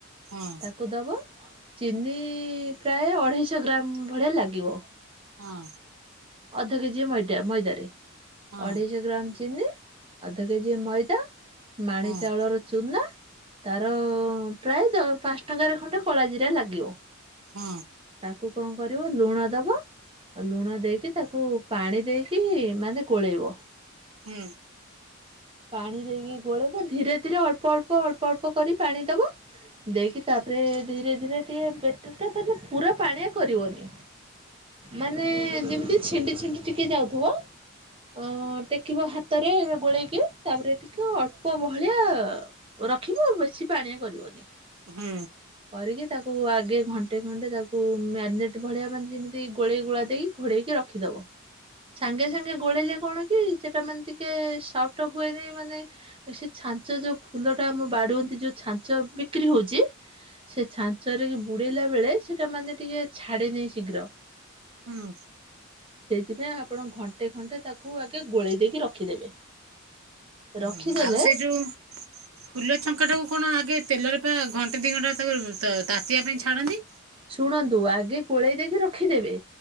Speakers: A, on the right (about 80°); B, on the right (about 25°).
A: ହଁ
B: ତାକୁ ଦବ ଚିନି ପ୍ରାୟ ଅଢେଇଶହ ଗ୍ରାମ ଭଳିଆ ଲାଗିବ
A: ହଁ।
B: ଅଧ କେଜିଏ ମଇଦା ମଇଦାରେ
A: ହଁ
B: ଅଢେଇଶ ଗ୍ରାମ ଚିନି ଅଧ କେଜିଏ ମଇଦା। ମାଣେ
A: ଆଉ
B: ଚାଉଳର ଚୁନା ତାର ପ୍ରାୟ ଦ ପାନସ୍ ଟଙ୍କାରେ ଖଣ୍ଡେ କଳା ଜିରା ଲାଗିବ।
A: ହୁଁ।
B: ତାକୁ କଣ କରିବ ଲୁଣ ଦବ ଆ ଲୁଣ ଦେଇକି ତାକୁ ପାଣି ଦେଇକି ମାନେ ଗୋଳେଇବ
A: ହୁଁ
B: ପାଣି ଦେଇକି ଗୋଳେଇବ ଧୀରେ ଧୀରେ ଅଳ୍ପ ଅଳ୍ପ ଅଳ୍ପ ଅଳ୍ପ କରି ପାଣି ଦବ। ଦେଇକି ତାପରେ ଧୀରେ ଧୀରେ ଟିକେ ବେଟର ଟା ମାନେ ପୁରା ପାଣିଆ କରିବନି ମାନେ ଯେମିତି ଛିଣ୍ଡି ଛିଣ୍ଡି ଟିକିଏ ଯାଉଥୁବ ଅ ଟେଖିବ ହାତରେ ଗୋଳେଇକି ତାପରେ ଟିକେ ଅଳ୍ପ ବହଳିଆ ରଖିବୁ ଆଉ ବେଶି ପାଣିଆ କରିବନି।
A: ହୁଁ
B: କରିକି ତାକୁ ଆଗେ ଘଣ୍ଟେ ଘଣ୍ଟେ ତାକୁ ମ୍ୟାରିନେଟ୍ ଭଳିଆ ଯେମିତି ଗୋଳେଇ ଗୁଳା ଦେଇ ଘୋଡ଼େଇକି ରଖିଦବ ସାଙ୍ଗେ ସାଙ୍ଗେ ଗୋଳେଇଲେ କଣ କି ସେଟା ମାନେ ଟିକେ ସଫ୍ଟ ଟ ହୁଏନି ମାନେ ସେ ଛାଞ୍ଚ ଯୋଉ ଫୁଲଟା ଆମ ବାଡୁନ୍ତି ଯୋଉ ଛାଞ୍ଚ ବିକ୍ରି ହଉଚି ସେ ଛାଞ୍ଚରେ ବୁଡେଇଲା ବେଳେ ସେଟା ମାନେ ଟିକେ ଛାଡେନି ଶୀଗ୍ର।
A: ହୁଁ।
B: ସେଇଥିପାଇଁ ଆପଣ ଘଣ୍ଟେ ଖଣ୍ଟେ ତାକୁ ଆଗେ ଗୋଳେଇ ଦେଇକି ରଖିଦେବେ। ରଖିଦେଲେ
A: ହୁଁ ଆଉ ସେଇ ଯୋଉ ଫୁଲ ଛଙ୍କା ଟାକୁ କଣ ଆଗେ ତେଲରେ ପା ଘଣ୍ଟେ ଦି ଘଣ୍ଟା ତାକୁ ତାତିିବା ପାଇଁ ଛାଡ଼ନ୍ତି।
B: ଶୁଣନ୍ତୁ ଆଗେ କୋଳେଇ ଦେଇକି ରଖିଦେବେ।